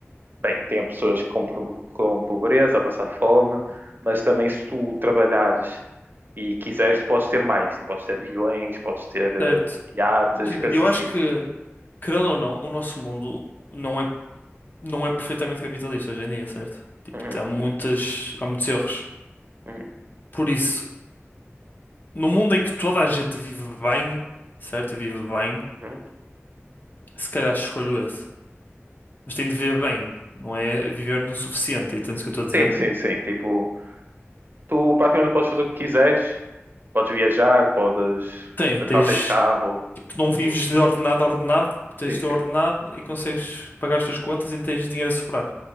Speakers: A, on the right (about 45°); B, on the left (about 40°).
A: Bem, tem pessoas com, pro- com pobreza, a passar fome, mas também se tu trabalhares e quiseres, tu podes ter mais. Tu podes ter aviões, podes ter eh,
B: certo.
A: iates,
B: Imagina,
A: coisas
B: eu
A: assim.
B: acho que, querendo ou não, o nosso mundo não é, não é perfeitamente capitalista hoje em dia, certo? Tipo,
A: Uhum,
B: há muitas, há muitos erros.
A: uhum,
B: Por isso, no mundo em que toda a gente vive bem, certo? Vive bem.
A: uhum.
B: Se calhar escolho esse. Mas tem de ver bem, não é viver no suficiente, entendes o que eu estou a dizer?
A: Sim, sim, sim. Tipo, tu praticamente podes fazer o que quiseres. Podes viajar, podes...
B: Tem,
A: No
B: tens.
A: final tens carro.
B: Tu não vives
A: tudo.
B: de ordenado a ordenado, tu tens
A: Sim,
B: de
A: sim.
B: ordenado e consegues pagar as tuas contas e não tens dinheiro a sobrar.